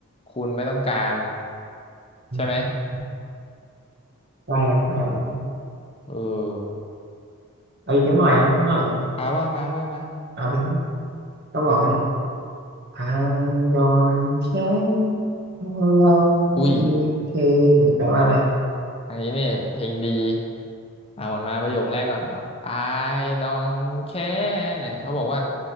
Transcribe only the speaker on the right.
อืม
แปลกแปลก
เอาอีกหน่อยนะหน่อย
เอาไปก็บอกเนี่ย I don't care how long
it takes เนี่ยแปลว่าอะไร